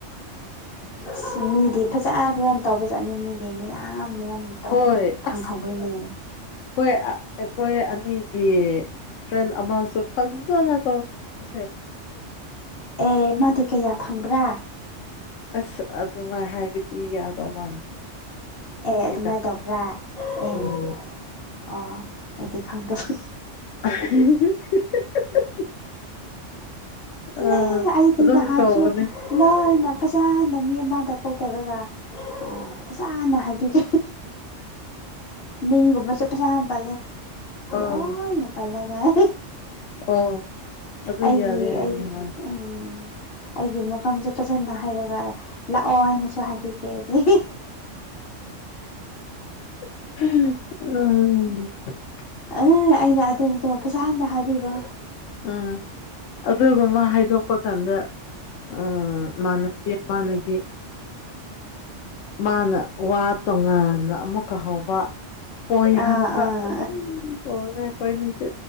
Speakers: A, on the left; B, on the left.
A: ꯑꯁ ꯃꯤꯗꯤ ꯐꯖ ꯐꯖꯅ ꯇꯧꯕ ꯆꯠꯅꯤ ꯃꯤꯗꯤ ꯃꯌꯥꯝ ꯃꯌꯥꯝ ꯇꯧ
B: ꯍꯣꯏ
A: ꯐꯪꯍꯧꯧꯕꯩꯅꯦ
B: ꯑꯁ ꯑꯩꯈꯣꯏ ꯑꯩꯈꯣꯏ ꯑꯅꯤꯒꯤ ꯐ꯭ꯔꯦꯟ ꯑꯃꯁꯨ ꯐꯖꯅ ꯇꯦ
A: ꯑꯦ ꯃꯥꯗꯤ ꯀꯌꯥ ꯐꯪꯕ꯭ꯔꯥ
B: ꯑꯁ ꯑꯗꯨꯃꯥꯏ ꯍꯥꯏꯕꯗꯤ ꯌꯥꯗꯧ ꯃꯥꯟꯗꯦ
A: ꯑꯦ
B: ꯁꯤꯗ
A: ꯑꯗꯨꯃꯥꯏꯅ ꯇꯧꯕ꯭ꯔꯥ ꯑꯦ ꯑꯣ
B: ꯎꯝ
A: ꯑꯩꯗꯤ ꯈꯪꯗꯕ
B: <inaudible> ꯑꯥ
A: ꯂꯩ ꯑꯩꯗꯤꯅ
B: ꯑꯗꯨꯝ
A: ꯍꯥꯥꯟꯁꯨ
B: ꯀꯧꯕꯅꯦ
A: ꯂꯅ ꯐꯖꯅ ꯃꯤ ꯑꯃꯗ ꯀꯣꯜ ꯇꯧꯔꯒ ꯐꯖꯅ ꯍꯥꯏꯕꯤꯒꯅꯤ ꯃꯤꯒꯃ ꯆꯄ ꯆ ꯄꯦ
B: ꯑꯥ
A: ꯑꯣ ꯅꯜꯂꯥꯏ
B: ꯑꯣ ꯑꯗꯨ
A: ꯑꯩꯒꯤ
B: ꯌꯥꯔꯦ ꯍꯥꯏꯕꯅꯦ
A: ꯑꯩ
B: ꯃꯥꯅ
A: ꯎꯝ ꯑꯩꯒꯤ ꯃꯐꯝꯁꯦ ꯐꯖꯅ ꯍꯥꯏꯔꯒ ꯂꯥꯛꯑꯣ ꯍꯥꯏꯅꯁꯨ ꯍꯥꯏꯕꯤ ꯎ
B: ꯎ ꯑ
A: ꯑ ꯑꯩꯅ ꯑꯗꯨꯗꯣ ꯐꯖꯥꯅ ꯍꯥꯏꯕꯤꯕꯣ
B: ꯑꯥ ꯑꯗꯨꯒꯨꯝꯕ ꯍꯥꯏꯗꯣꯛꯄ ꯀꯥꯟꯗ ꯎ ꯃꯥꯅꯕꯤ ꯃꯥꯅꯗꯤ ꯃꯥꯅ ꯋꯥ ꯇꯣꯉꯥꯟꯅ ꯑꯃꯨꯛꯀ ꯍꯥꯎꯕ ꯀꯣꯏ
A: ꯑꯥ
B: ꯍꯕ
A: ꯑꯥ
B: ꯑꯗꯨꯝ ꯄꯅꯦ ꯀꯣꯏꯅꯤꯁꯦ